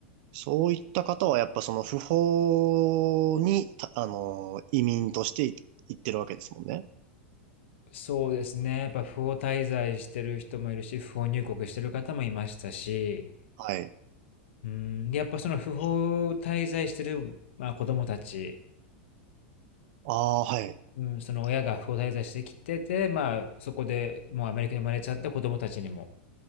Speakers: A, on the right; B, on the left.
A: そういった方はやっぱその不法に、たあの、移民としてい行ってるわけですもんね。
B: そうですね。やっぱ不法滞在してる人もいるし、不法入国してる方もいましたし、
A: はい。
B: うん、で、やっぱその不法滞在してる、まあ、子供たち、
A: ああ、はい。
B: うん、その親が不法滞在してきてて、まあ、そこでもうアメリカに生まれちゃった子供たちにも